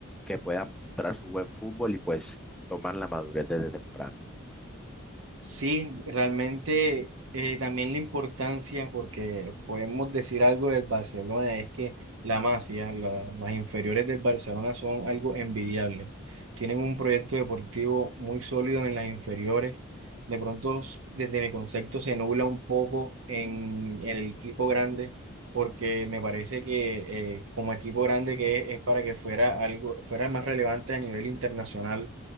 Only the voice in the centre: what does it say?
que puedan mostrar su buen fútbol y pues tomar la madurez desde temprano.